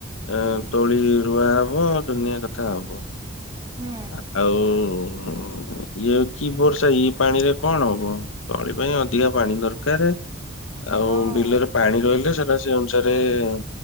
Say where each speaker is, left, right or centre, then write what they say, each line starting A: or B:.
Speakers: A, on the right; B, on the left.
A: ହୁଁ
B: ଅଁ ତଳି ରୁଆ ହବ। ଦୁନିଆ କଥା ହବ।
A: ହୁଁ
B: ଆ-ଆଉ-ଉଁ ଇଏ କି ବର୍ଷା ଇଏ ପାଣି ରେ କଣ ହବ? ତଳି ପାଇଁ ଅଧିକା ପାଣି ଦରକାରେ। ଆଉ
A: ହଁ।
B: ବିଲରେ ପାଣି ରହିଲେ, ସେଟା ସେ ଅନୁସାରେ--ଅନୁସାରେ-ଏଁ